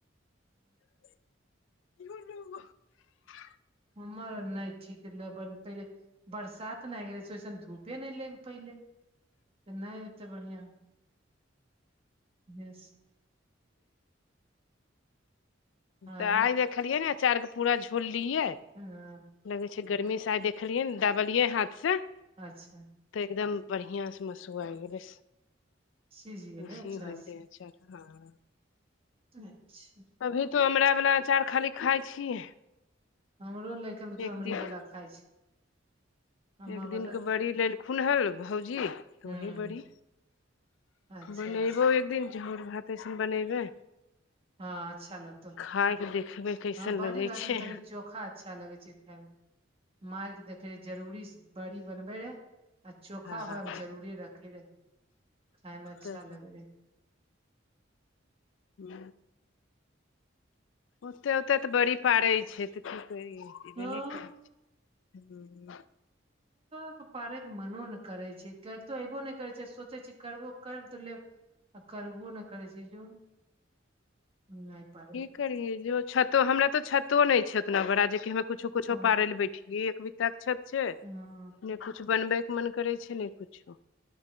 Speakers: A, on the left; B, on the right.
A: <unintelligible>
B: हमर नहि ठीक ल पहिले बरसात ने आ गेले से ओसन धूपे नहि ले पहिले त नहि एते बढ़िया इस आरो
A: तऽ आइ देखलियै ने अचार के पूरा छोड़लियै
B: हं
A: लगै छै गर्मी से आइ देखलियै ने दाबलियै हाथ से
B: अच्छा
A: तऽ एकदम बढ़िआं से मसु आइ गेलै
B: सिझ गेलै
A: वसी
B: अच्छा
A: होइ गेलै हँ
B: <unintelligible>
A: अभी तो अमरा बाला अचार खाली खाय छियै
B: हमरो लैका <unintelligible>
A: एक
B: अमरे
A: दिन
B: वाला खाइ छै अम्मा
A: एक दिनके
B: वाला
A: बड़ी लेलखुन हँ भौजी तऽ
B: हूँ
A: वही बड़ी
B: अच्छा
A: बनेबो
B: अच्छा
A: एक दिन झोर भात अऐसन बनेबै
B: हँ अच्छा लगतौ
A: खायके देखबै कैसन
B: हँ बड़ी
A: लगै
B: भात
A: छै
B: मे तनि चोखा अच्छा लगे छै खायमे मार के देखे रहे जरूरी बड़ी बनबे रहे आ चोखा
A: हँ
B: ओकरा मे जरूरे रखे रहे खायमे अच्छा
A: तऽ
B: लगे हय
A: हू ओते ओते तऽ बड़ी पारै छै तऽ की करियबे
B: हँ
A: नहि करै छै ह
B: प पारेके मनो ने करै छै करतो अऐबो नहि करै छै सोचै छी करबो कर त लेब आ करबो ने करै छै जो नइपर
A: करिये जो छतो हमरा तो छतो नहि छै उतना बड़ा जेकि ह कुछो कुछो
B: ओ
A: पारे ले बैठियए एकभी तक्षत छै
B: हँ
A: ने कुछु बनबैके मन करै छै ने कुछो